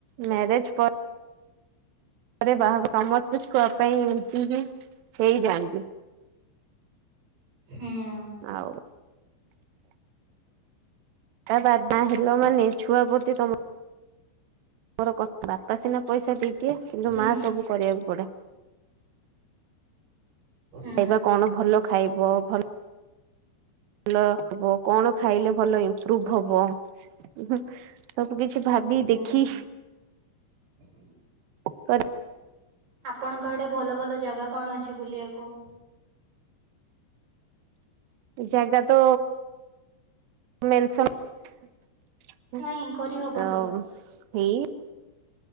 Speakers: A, on the right (about 85°); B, on the right (about 55°).
A: ମ୍ୟାରେଜ ପରେ ତାପରେ ବାହାଘ ସମସ୍ତେ ଛୁଆ ପାଇଁ ଏମତି ହିଁ ହେଇଯାଆନ୍ତି।
B: ହୁଁ
A: ଆଉ ତା' ବାବା ମା ହେଲ ମାନେ ଛୁଆ ପ୍ରତି ତମର ତମର କର୍ତ୍ତବ୍ୟ ବାପା ସିନା ପଇସା ଦେଇଦିଏ, କିନ୍ତୁ
B: ହୁଁ
A: ମାଆ ସବୁ କରିବାକୁ ପଡେ।
B: ହୁଁ
A: ଖାଇବା କଣ ଭଲ ଖାଇବ ଭଲ ଭଲହବ କଣ ଖାଇଲେ ଭଲ ଇମ୍ପ୍ରୁଭ ହବ। ହୁଁ ହୁଁ ସବୁ କିଛି ଭାବି
B: ହୁଁ।
A: ଦେଖି
B: <inaudible>
A: କର
B: ଆପଣଙ୍କ ଆଡେ ଭଲ ଭଲ ଜାଗା କଣ ଅଛି ବୁଲିବାକୁ?
A: ଜାଗାତ ମେନସନ
B: ନାଇଁ କରିହବ
A: ତ ହେଇ